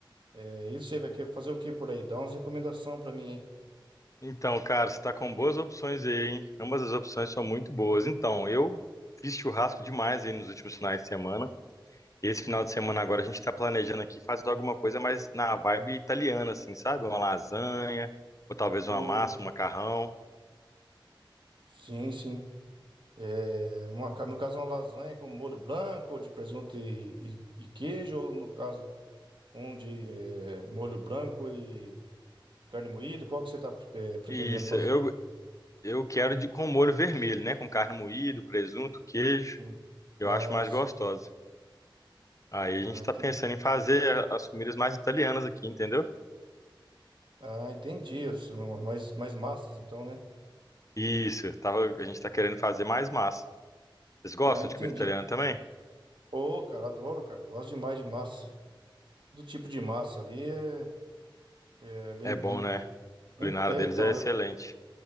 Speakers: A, on the right (about 65°); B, on the left (about 35°).
A: É, e você vai querer fazer o que por aí? Dá umas recomendações pra mim aí.
B: Então, cara, você tá com boas opções aí, hein? Ambas as opções são muito boas. Então, eu fiz churrasco demais aí nos últimos finais de semana. esse final de semana agora a gente tá planejando aqui fazer alguma coisa mais na vibe italiana, assim, sabe? Uma lasanha, ou talvez uma
A: Ou,
B: massa, um macarrão.
A: sim, sim. É, numa ca- no caso, uma lasanha com molho branco, de presunto e, e e queijo, ou no caso. Um de eh, molho branco e carne moída. Qual que você está pretendendo
B: Isso,
A: fazer?
B: eu, eu quero de, com molho vermelho, né? Com carne moída, presunto, queijo.
A: Hum.
B: Eu
A: Ah,
B: acho mais
A: sim.
B: gostosa. Aí
A: Ah,
B: a gente tá
A: entendi.
B: pensando em fazer as comidas mais italianas aqui, entendeu?
A: Ah, entendi. São Mais, mais massas, então, né?
B: Isso, tava, a gente tá querendo fazer mais massa. Vocês gostam
A: Ah, entendi.
B: de comida italiana também?
A: Ô, cara, adoro, cara. Gosto demais de massa. Todo tipo de massa ali é, é bem-vindo.
B: É bom, né? A culinária
A: En- É,
B: deles
A: então,
B: é excelente.
A: eu,